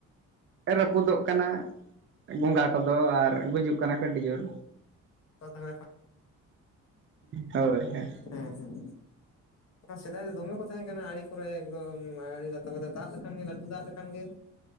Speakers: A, on the right; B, on the left.
A: ᱨᱟᱹᱯᱩᱫᱚᱜ ᱠᱟᱱᱟ ᱵᱚᱸᱜᱟ ᱠᱚᱫᱚ ᱟᱨ ᱜᱩᱡᱩᱜ ᱠᱟᱱᱟ ᱠᱚ ᱟᱹᱰᱤ ᱡᱳᱨ,
B: ᱦᱮᱸ
A: ᱦᱳᱭ ᱦᱮᱸ
B: ᱦᱮᱸ ᱦᱮᱸ ᱦᱮᱸ ᱥᱮᱫᱟᱭ ᱫᱚ ᱫᱚᱢᱮ ᱠᱚ ᱛᱟᱦᱮᱸ ᱠᱟᱱᱟ ᱟᱲᱮ ᱠᱚᱨᱮ ᱮᱠᱫᱚᱢ ᱟᱲᱮ ᱞᱟᱛᱟ ᱫᱟᱜ ᱞᱮᱠᱷᱟᱱ ᱜᱮ ᱞᱟᱹᱴᱩ ᱫᱟᱜ ᱞᱮ ᱠᱷᱟᱱ ᱜᱮ